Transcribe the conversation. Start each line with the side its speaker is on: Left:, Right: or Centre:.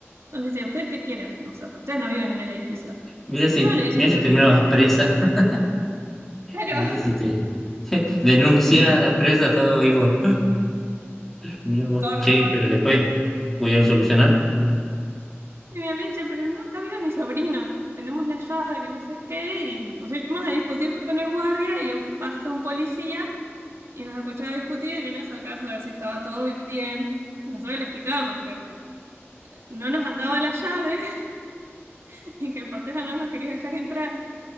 Right: Entonces dice, ¿ustedes qué quieren? O sea, pues ustedes no viven en el edificio.
Centre: Mira
Right: Y
Centre: si,
Right: no, le dice
Centre: mira si
Right: mi amigo,
Centre: terminabas presa. <laughs>
Right: claro,
Centre: Mira si te <laughs> denunciada, presa, todo ahí por.
Right: <laughs>
Centre: Mira vos,
Right: Córdoba.
Centre: che, pero después pudieron solucionar.
Right: Y mi amiga decía, pero no, acá viven mis sobrinos, tenemos la llave, que no sé qué, y nos pusimos a discutir con el guardia y pasa un policía y nos escuchaba discutir y viene a acercarse a ver si estaba todo bien. Y Nosotros le explicamos que no nos andaba la llave <laughs> y que el portero no nos quería dejar entrar.